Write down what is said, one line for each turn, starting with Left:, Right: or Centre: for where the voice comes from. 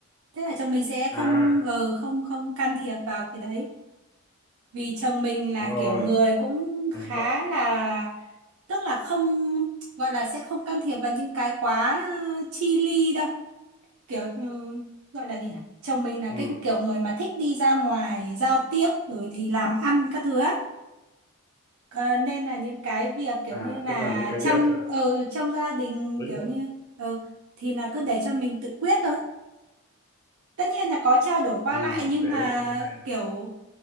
Right: Thế là chồng mình sẽ
Left: À,
Right: không ờ, không không can thiệp vào cái đấy. Vì chồng mình là
Left: đúng rồi.
Right: kiểu người cũng
Left: Đội,
Right: khá là tức là không gọi là sẽ không can thiệp vào những cái quá ờ, chi ly đâu. Kiểu ừm, gọi là gì nhỉ? Chồng mình là
Left: ừ.
Right: cái kiểu người mà thích đi ra ngoài giao tiếp rồi thì làm ăn các thứ á. Ờ, nên là những cái việc kiểu
Left: À,
Right: như là
Left: tức là những cái
Right: trong
Left: việc ờ,
Right: ờ, trong gia đình
Left: với
Right: kiểu
Left: nội.
Right: như ờ, thì là cứ để cho mình tự quyết thôi tất nhiên là có trao đổi qua
Left: Ừ,
Right: lại nhưng
Left: thế
Right: mà
Left: cũng hay.
Right: kiểu